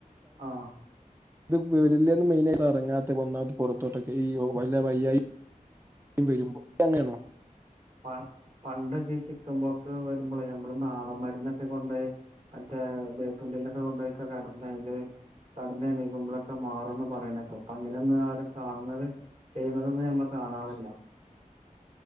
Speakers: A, on the right; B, on the right.
A: ആഹ്
B: ഇത് വരില്ലെന്ന് മെയിനായിട്ട് എറങ്ങാത്ത ഒന്നാത് പുറത്തോട്ടൊക്കെ ഈ വല്ല വയ്യായി വരുമ്പോ തങ്ങനാണോ
A: ആ പണ്ടൊക്കെ ചിക്കബോക്സ് വരുമ്പളെ നമ്മള് നാടൻ മരുന്നൊക്കെ കൊണ്ടോയി അരച്ചി ഏ വേപ്പും തിണ്ടൊക്കെ കൊണ്ടുപോയിക്കെ കിടന്നയില് കിടന്നേണീക്കുമ്പോളൊക്കെ മാറുന്ന് പറയണേക്ക ഇപ്പ അങ്ങനെയന്നും ആരും കാണുന്നത് ചെയ്യുന്നതൊന്നും ഞമ്മക്ക കാണാറില്ല